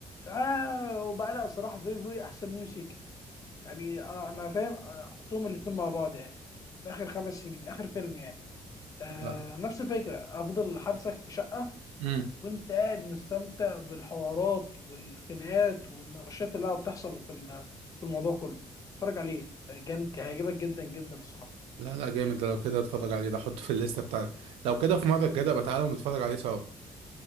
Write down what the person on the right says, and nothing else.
لا
امم
لا لا جامد ده لو كده اتفرج عليه ده احطه في الليستة بتاعتي لو كده في مرة كده بقى تعالى ونتفرج عليه سوا